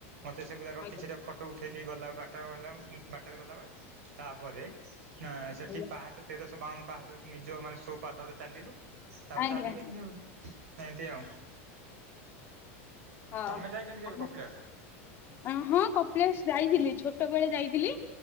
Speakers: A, on the right; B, on the left.
A: ମତେ ସେଗୁରାକ
B: ଆଜ୍ଞା।
A: କିଛିଟା ଫ ଟୋ ଉଠେଇଲି ଗଲା ବାଟରେ ଗଲା ଉଁ ଉଁ ଟେରେ ଗଲାବେଳେ ତାପରେ ଆଁ ସେଠି
B: ଆଜ୍ଞା
A: ପାହାଚ ତେରଶ ବାଉନୁ ପାହାଚରୁ ନିଜ ମାନେ ସୋ ପାଦରେ ଚାଲିଲୁ ତାପରେ
B: ଆଜ୍ଞା।
A: ଚାଲିକି ଉଁ ଏନ୍ତି ଆଉ।
B: ହଁ
A: ତମେ ଯାଇଛନ୍ତି କେବେ
B: <unintelligible>
A: କପିଳାସ?
B: ଆ ହଁ କପିଳାସ ଯାଇଥିଲି ଛୋଟବଳେ ଯାଇଥିଲି।